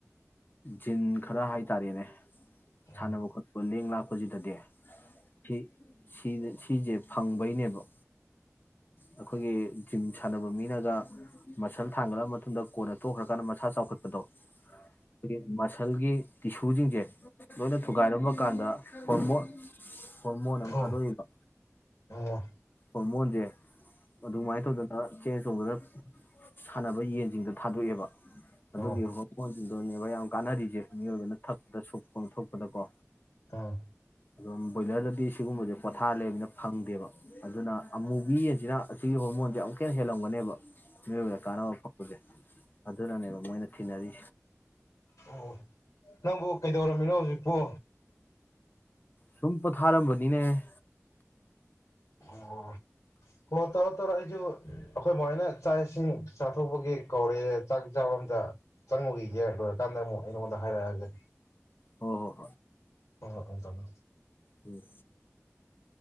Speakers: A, on the left; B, on the left.
A: ꯖꯤꯟ ꯈꯔ ꯍꯥꯏꯇꯥꯔꯦꯅꯦ
B: ꯑꯣ
A: ꯁꯥꯟꯅꯕ ꯈꯣꯠꯅꯕ ꯂꯦꯡ ꯂꯥꯛ ꯖꯤꯗꯗꯤ ꯁꯤ ꯁꯤ ꯁꯤꯁꯦ ꯐꯪꯕꯩꯅꯦꯕ ꯑꯩꯈꯣꯏꯒꯤ ꯖꯤꯝ ꯁꯥꯟꯅꯕ ꯃꯤꯅꯒ ꯃꯁꯜ ꯊꯥꯡꯒꯠꯂꯕ ꯃꯇꯨꯡꯗ ꯀꯣꯟꯅ ꯇꯣꯛꯈ꯭ꯔꯀꯥꯟꯗ ꯃꯁꯥ ꯆꯥꯎꯈꯠꯄ ꯑꯗꯣ ꯑꯩꯈꯣꯏꯒꯤ ꯃꯁꯜꯒꯤ ꯇꯤꯁꯨꯁꯤꯡꯁꯦ ꯂꯣꯏꯅ ꯊꯨꯒꯥꯏꯔꯝꯕ ꯀꯥꯟꯗ ꯍꯣꯔꯃꯣꯟ ꯍꯣꯔꯃꯣꯟ ꯑꯃ
B: ꯑꯣ
A: ꯊꯥꯗꯣꯛꯏꯕ
B: ꯑꯥ
A: ꯑ ꯍꯣꯔꯃꯣꯟꯖꯦ ꯑꯗꯨꯃꯥꯏꯅ ꯇꯧꯗꯅ ꯆꯦꯡ ꯆꯣꯡꯗꯨꯅ ꯁꯥꯟꯅꯕ ꯌꯦꯟꯁꯤꯡꯗ ꯊꯥꯗꯣꯛꯑꯦꯕ
B: ꯑꯣ
A: ꯑꯗꯨꯒꯤ ꯍꯣꯔꯃꯣꯟꯖꯤ ꯑꯗꯨꯅꯦꯕ ꯌꯥꯝ ꯀꯥꯟꯅꯔꯤꯁꯦ ꯃꯤꯑꯣꯏꯕꯅ ꯊꯛꯄꯗ ꯁꯨꯞ ꯀꯣ ꯊꯣꯛꯄꯗꯀꯣ
B: ꯑꯥ
A: ꯑꯗꯨꯝ ꯕꯣꯏꯂꯔꯗꯗꯤ ꯁꯤꯒꯨꯝꯕꯁꯦ ꯄꯣꯊꯥ ꯂꯩꯕꯅꯤꯅ ꯐꯪꯗꯦꯕ ꯑꯗꯨꯅ ꯑꯃꯨꯕꯤ ꯌꯦꯟꯁꯤꯅ ꯑꯁꯤꯒꯤ ꯍꯣꯔꯃꯣꯟꯁꯦ ꯑꯃꯨꯛ ꯍꯦꯟꯅ ꯍꯦꯜꯂꯝꯒꯅꯦꯕ ꯃꯤꯌꯣꯢꯕꯗ ꯀꯥꯟꯅꯕ ꯐꯪꯕꯖꯦ ꯑꯗꯨ ꯅꯅꯦꯕ ꯃꯣꯏꯅ ꯊꯤꯅꯔꯤ
B: ꯑꯣ ꯅꯪꯕꯨ ꯀꯩꯗꯧꯔꯝꯃꯤꯅꯣ ꯍꯧꯖꯤꯛꯄꯨ
A: ꯁꯨꯝ ꯄꯣꯊꯥꯔꯝꯕꯅꯤꯅꯦ
B: ꯑꯣ ꯍꯣ ꯇꯧꯔꯣ ꯇꯧꯔꯣ ꯑꯩꯁꯨ ꯑꯩꯈꯣꯏ ꯃꯥꯍꯣꯏꯅ ꯆꯥꯛ ꯏꯁꯤꯡ ꯆꯥꯊꯣꯛꯄꯒꯤ ꯀꯧꯔꯦ ꯆꯥꯛ ꯆꯥꯕ ꯑꯝꯇ ꯆꯪꯉꯨꯒꯤꯒꯦ ꯂꯣꯏꯔꯀꯥꯟꯗ ꯑꯃꯨꯛ ꯑꯩꯉꯣꯟꯗ ꯍꯥꯏꯔꯛꯑꯒꯦ
A: ꯍꯣꯏ ꯍꯣꯏ ꯍꯣꯏ
B: ꯍꯣꯍꯣ
A: ꯎꯝ